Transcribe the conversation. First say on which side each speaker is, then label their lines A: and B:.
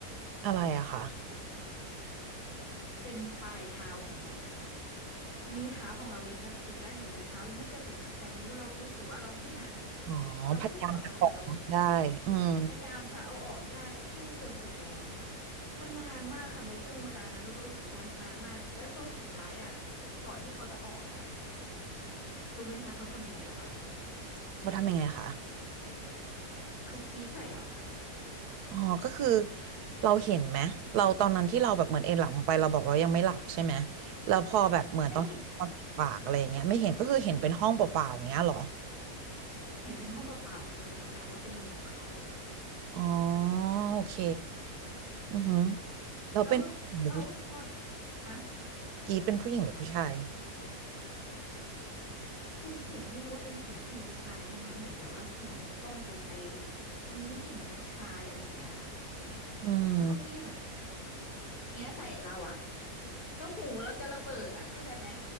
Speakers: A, on the right (about 80°); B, on the left (about 65°).
A: อะไรอะคะ
B: เป็นปลายเท้าของเราค่ะนิ้วเท้าของเรายังกระตุกได้อยู่แต่เท้ายังไม่กระตุกนะแต่นิ้วเรารู้สึกว่าเราดิ้นอะ
A: อ๋อพยายามจะบอกได้อืม
B: เราสู้กับเขาเหมือนเราพยายามจะเอาออกให้ได้สู้จนสุดแรงมันนานมากค่ะในช่วงเวลานั้นรู้รู้สึกมันนานมากแล้วตอนสุดท้ายอะก่อนที่เขาจะออกอะค่ะรู้ไหมคะเขาทำยังไงกับเรา
A: เขาทำยังไงคะ
B: เขากรีดใส่เราค่ะ
A: อ๋อก็คือเราเห็นไหมเราตอนนั้นที่เราแบบเหมือนเอนหลังลงไปเราบอกเรายังไม่หลับใช่ไหมแล้วพอแบบเหมือนตอนนอนปากอะไรอย่างเงี้ยไม่เห็นก็คือเห็นเป็นห้องเปล่าๆอย่างเงี้ยเหรอ
B: ไม่เห็นค่ะเห็นเป็นห้องเปล่าๆค่ะแต่สัมผัสว่าเป็นมือของเขา
A: อ๋อโอเคอือหือเราเป็นผู้หญิงหรือผู้
B: แล้วแล้วตอนคะ
A: กรีดเป็นผู้หญิงหรือผู้ชาย
B: เป็นเสียงไม่รู้ว่าเป็นเสียงผู้หญิงผู้ชายค่ะมันเหมือนแบบว่าเสียงมันก้องกันไปแบบมีทั้งหญิงทั้งชายอะไรอย่างเงี้ยค่ะ
A: อืม
B: แล้วเขากรี้กแบบอย่างเงี้ยใส่เราอ่ะแล้วหูเราจะระเบิดอ่ะเข้าใจไหม